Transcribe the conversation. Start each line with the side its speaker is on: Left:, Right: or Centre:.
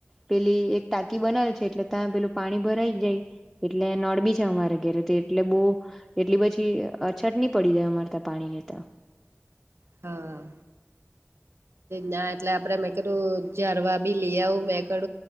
Centre: પેલી એક તાકી બનાવે છે એટલે ત્યાં પેલું પાણી ભરાઈ જાય, એટલે નડ બી છે અમારે ઘેરે તો એટલે બહુ એટલી પછી અછત ની પડી જાય અમાર તા પાણી ની તો.
Right: હા. ના એટલે આપડે મેં કીધું ઝારવા બી લઈ આવું મેં કું